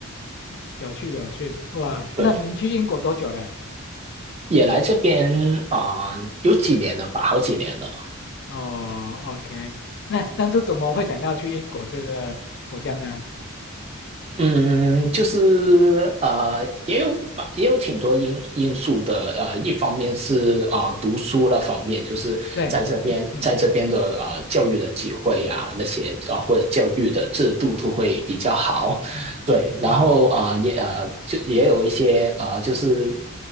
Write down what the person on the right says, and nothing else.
对，
也来这边啊、呃有几年了吧，好几年了。
嗯，就是呃，也有也有挺多因因素的。呃，一方面是呃读书那方面，就是在这边在这边的呃教育的机会啊，
那些啊、呃或者教育的制度都会比较好。
对，然后啊、
呃也呃就也有一些呃就是